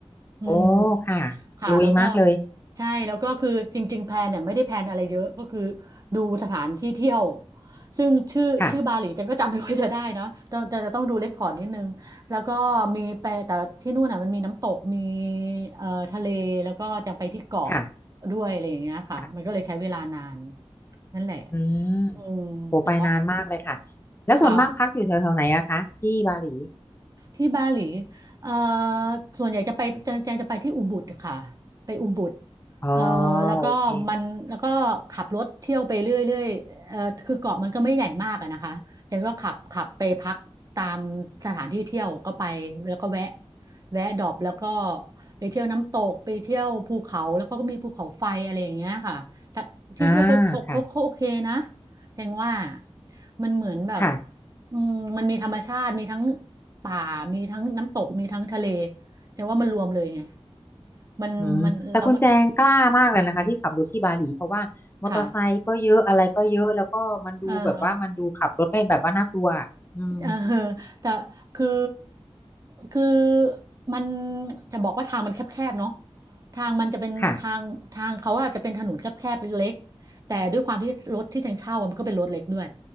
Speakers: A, on the right; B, on the left.
A: อืม
B: โอ้ค่ะ
A: ค่ะแล้วก็
B: ลุยมากเลย
A: ใช่แล้วก็คือจริงๆแพลนเนี่ยไม่ได้แพลนอะไรเยอะก็คือดูสถานที่เที่ยวซึ่งชื่อชื่อบาหลีจันก็จำไม่ค่อยจะได้นะแต่แต่จะต้องดูเรคคอร์ดนิดนึงแล้วก็มีไปแต่ที่นู่นน่ะมันมีน้ำตกมี
B: ค่ะ
A: เอ่อทะเลแล้วก็จะไปที่เกาะ
B: ค่ะ
A: ด้วยอะไรอย่างเงี้ยค่ะมันก็เลยใช้เวลานาน
B: ค่ะ
A: นั่นแหละ
B: อืม
A: อืมแต่ว่า
B: โอ้ไปนานมากเลยค่ะแล้วส่วนมากพักอยู่แถวๆไหนอะคะที่บาหลี
A: ค่ะ ที่บาหลีเอ่อส่วนใหญ่จะไปแจงแจงจะไปที่อุบุดค่ะไปอุบุด
B: อ๋อ
A: เอ่อแล้วก็มันแล้วก็ขับรถเที่ยวไปเรื่อยๆเอ่อคือเกาะมันก็ไม่ใหญ่มากอะนะคะแจงก็ขับขับไปพักตามสถานที่เที่ยวก็ไปแล้วก็แวะ
B: โอเค
A: แวะดรอปแล้วก็ไปเที่ยวน้ำตกไปเที่ยวภูเขาแล้วก็มีภูเขาไฟอะไรอย่างเงี้ยค่ะแต่ที่เที่ยวเขาเขาเขาเขาโอเคนะ
B: อ่าค่ะ
A: แจงว่ามันเหมือนแบบ
B: ค่ะ
A: อืมมันมีธรรมชาติมีทั้งป่ามีทั้งน้ำตกมีทั้งทะเลแต่ว่ามันรวมเลยไงมันมันแล้วมัน
B: อืมแต่คุณแจงกล้ามากเลยนะคะที่ขับรถที่บาหลีเพราะว่ามอเตอร์ไซค์ก็เยอะอะไรก็เยอะแล้วก็มันดูแบบว่ามันดูขับรถไม่แบบว่าน่ากลัวอืม
A: ค่ะเออเออ <laughs> แต่คือคือมันจะบอกว่าทางมันแคบๆเนาะทางมันจะเป็นทางทางเขาอะจะเป็นถนนแคบๆเล็กๆแต่ด้วยความที่รถที่จังเช่าอะมันก็เป็นรถเล็กด้วย
B: ค่ะ